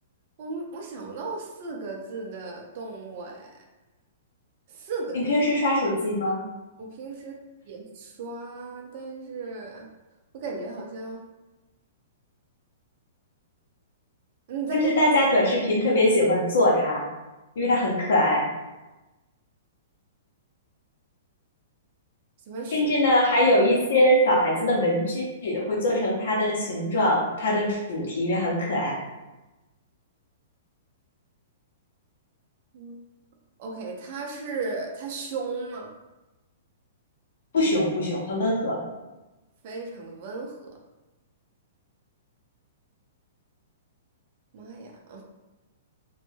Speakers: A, on the right; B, on the left.
A: 我我想不到四个字的动物哎，四个字，
B: 你平时刷手机吗？
A: 我平时也刷，但是我感觉好像嗯你再给我
B: 就是大家短视频特别喜欢做它，因为它很可爱。
A: 喜欢选，
B: 甚至呢，还有一些小孩子的文具会做成它的形状，它的主题也很可爱，
A: <laughs> 嗯，OK，它是它凶吗？
B: 不熊不熊，很温和。
A: 非常的温和，妈呀！